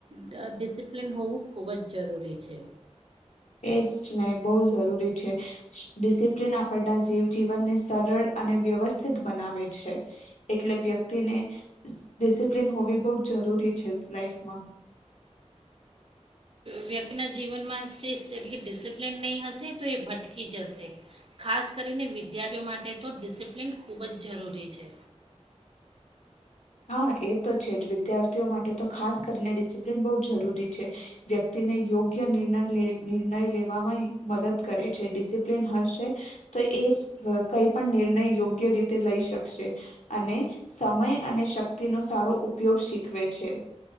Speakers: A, on the right; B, on the left.
A: ડ ડિસિપ્લિન હોવું ખૂબ જ જરૂરી છે.
B: એ જ ને બહુ જરૂરી છે. ડિસિપ્લિન આપણના જીવ જીવનને સરળ અને વ્યવસ્થિત બનાવે છે. એટલે વ્યક્તિને ડિસિપ્લિન હોવી બહુ જરૂરી છે લાઈફમા.
A: વ્યક્તિના જીવનમાં શિસ્ત એટલે ડિસિપ્લિન નહીં હશે તો એ ભટકી જશે ખાસ કરીને વિદ્યાર્થીઓ માટે તો ડિસિપ્લિન ખૂબ જ જરૂરી છે.
B: હા એ તો છે જ વિદ્યાર્થીઓ માટે તો ખાસ કરીને ડિસિપ્લીન બહુ જરૂરી છે વ્યક્તિને યોગ્ય નિર્ણય નિર્ણય લેવામાં મદદ કરે છે ડિસિપ્લન હશે તો એ કઈ પણ નિર્ણય યોગ્ય રીતે લઈ શકશે અને સમય અને શક્તિનોો સારો ઉપ ઉપયોગ શીખવે છે